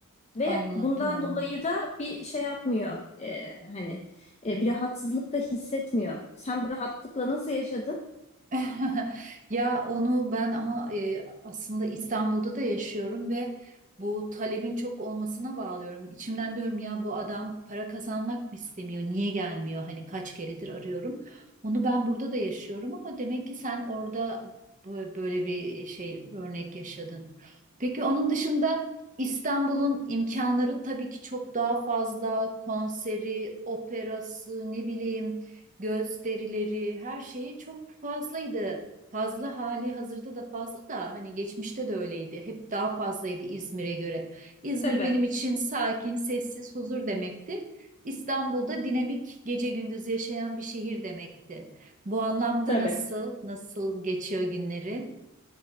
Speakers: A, on the left (about 30°); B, on the right (about 35°).
A: Ve
B: anladım.
A: bundan dolayı da bir şey yapmıyor. E, hani e, bir rahatsızlık da hissetmiyor. Sen bu rahatlıkla nasıl yaşadın?
B: <laughs> Ya onu ben ama e, aslında İstanbul'da da yaşıyorum ve bu talebin çok olmasına bağlıyorum. İçimden diyorum ya bu adam para kazanmak mı istemiyor? Niye gelmiyor? Hani kaç keredir arıyorum. Onu ben burada da yaşıyorum ama demek ki sen orada bö- böyle bir e, şey örnek yaşadın. Peki onun dışında İstanbul'un imkanları tabii ki çok daha fazla konseri, operası, ne bileyim gösterileri, her şeyi çok fazlaydı. Fazla hali hazırda da fazla da hani geçmişte de öyleydi. Hep daha fazlaydı İzmir'e göre. İzmir
A: Tabii,
B: benim için sakin, sessiz, huzur demektir. İstanbul'da dinamik, gece gündüz yaşayan bir şehir demekti. Bu anlamda
A: tabii.
B: nasıl, nasıl geçiyor günlerin?